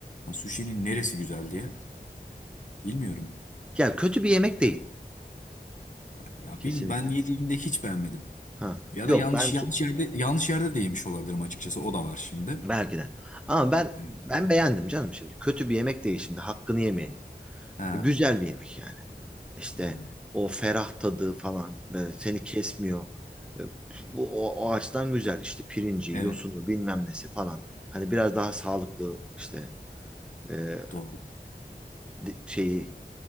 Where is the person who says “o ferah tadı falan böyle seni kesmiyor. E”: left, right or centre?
Centre